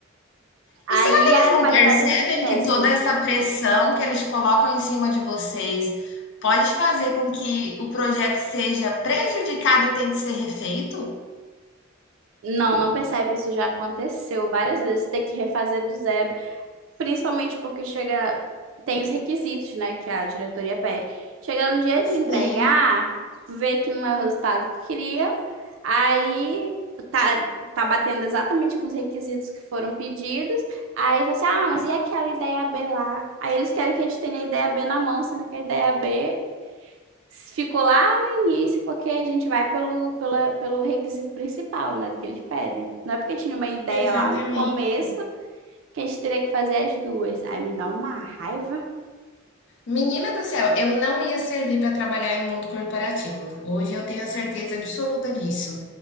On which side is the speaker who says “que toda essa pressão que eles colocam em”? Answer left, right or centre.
Left